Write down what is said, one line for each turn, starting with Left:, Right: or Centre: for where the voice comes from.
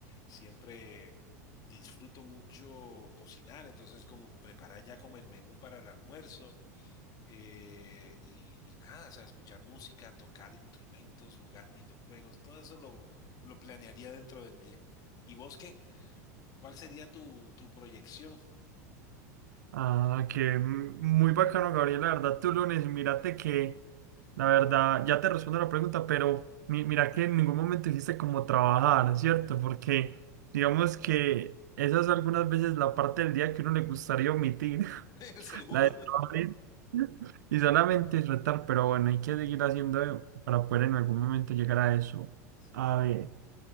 Left: siempre disfruto mucho cocinar, entonces como preparar ya como el menú para el almuerzo. eh, y, y nada, o sea, escuchar música, tocar instrumentos, jugar videojuegos, todo eso lo, lo planearía dentro del día. ¿Y vos qué? ¿Cuál sería tu, tu proyección?
Right: Ah, que m- muy bacano, Gabriel. La verdad, tú lunes, mírate que, la verdad, ya te respondo la pregunta, pero mi- mira que en ningún momento hiciste como trabajar, ¿cierto? Porque digamos que esa es algunas veces la parte del día que uno le gustaría omitir, <laughs>
Left: <laughs> Seguro.
Right: la de trabajar y <laughs> y solamente disfrutar, pero bueno, hay que seguir haciendo para poder en algún momento llegar a eso.
Left: Sí.
Right: A ver,